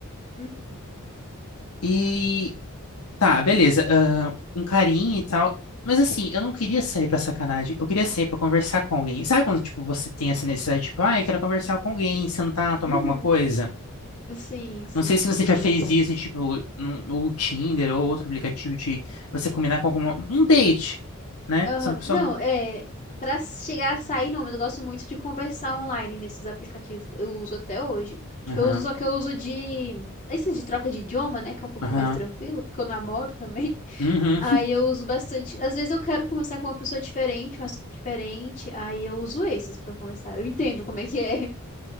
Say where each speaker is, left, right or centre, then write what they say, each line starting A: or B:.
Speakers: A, on the left; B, on the left.
A: Uhum.
B: E tá, beleza. ah, um carinho e tal. Mas assim, eu não queria sair pra sacanagem, eu queria sair pra conversar com alguém. Sabe quando, tipo, você tem essa necessidade, tipo, ah, eu quero conversar com alguém, sentar, tomar
A: Uhum.
B: alguma coisa?
A: Sim, sim,
B: Não sei se
A: eu
B: você
A: sei
B: já
A: como
B: fez
A: é que é.
B: isso, tipo, no, no Tinder ou outro aplicativo de você combinar com alguma, um date, né?
A: Aham.
B: Você não só.
A: Não,
B: não-
A: é para chegar a sair, não, mas eu gosto muito de conversar online nesses aplicativos. Eu uso até hoje. Tipo,
B: Aham,
A: eu uso, só que eu uso de esses de troca de idioma, né, que é um pouquinho
B: aham,
A: mais tranquilo, porque eu namoro também.
B: uhum.
A: Aí eu uso bastante. Às vezes eu quero conversar com uma pessoa diferente, um assunto diferente. Aí eu uso esses pra começar. Eu entendo como é que é.